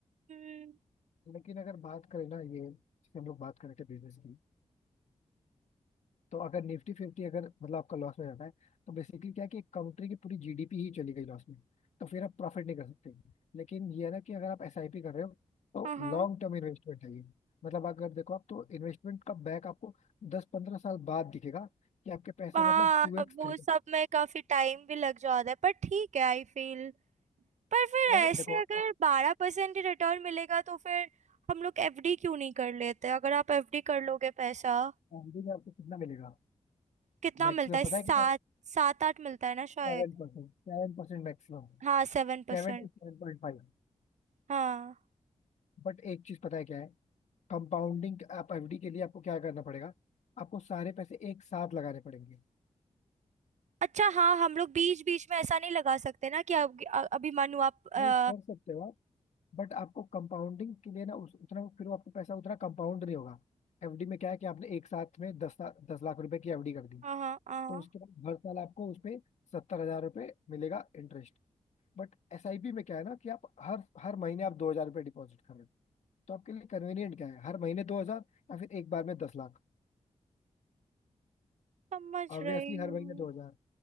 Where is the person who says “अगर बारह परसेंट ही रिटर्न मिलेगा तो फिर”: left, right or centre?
Right